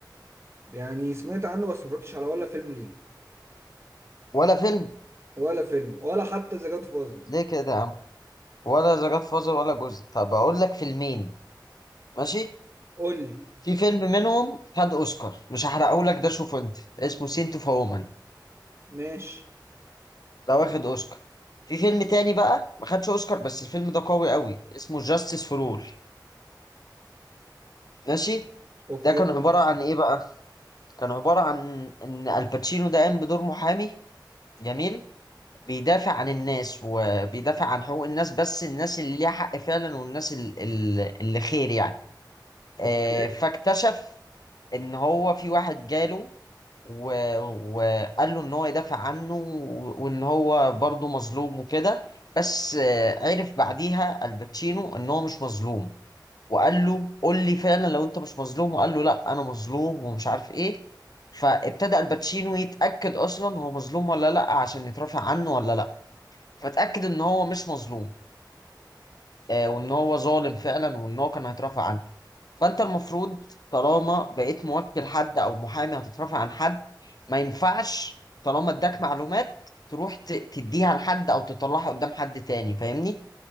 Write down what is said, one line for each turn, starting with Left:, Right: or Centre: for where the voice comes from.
Right: يعني سمعت عنه بس ما اتفرجتش على ولا فيلم ليه
Left: ولا فيلم
Right: ولا فيلم ولا حتى ذا جاد فازر
Left: ليه كده يا عم ولا ذا جاد فازر ولا جزء طب اقول لك فيلمين ماشي
Right: قول لي
Left: في فيلم منهم خد اوسكار مش هحرقه لك ده شوفه انت اسمه سينت اوف وومن
Right: ماشي
Left: ده واخد اوسكار في فيلم تاني بقى ما خدش اوسكار بس الفيلم ده قوي قوي اسمه جاستس فور اول ماشي
Right: اوكي
Left: ده كان عبارة عن ايه بقى كان عبارة عن ان الباتشينو ده قام بدور محامي جميل بيدافع عن الناس وبيدافع عن حقوق الناس بس الناس اللي ليها حق فعلا والناس ال- ال- اللي خير يعني آه،
Right: اوكي
Left: فاكتشف ان هو في واحد جاله و- وقال له ان هو يدافع عنه و- وان هو برضه مظلوم وكده بس آه، عرف بعديها الباتشينو ان هو مش مظلوم وقال له قول لي فعلا لو انت مش مظلوم وقال له لا انا مظلوم ومش عارف ايه فابتدأ الباتشينو يتأكد اصلا هو مظلوم ولا لا عشان يترافع عنه ولا لا فاتأكد ان هو مش مظلوم آه وان هو ظالم فعلا وان هو كان هيترافع عنه فانت المفروض طالما بقيت موكل حد او محامي هتترافع عن حد ما ينفعش طالما اداك معلومات تروح ت- تديها لحد او تطلعها قدام حد تاني فاهمني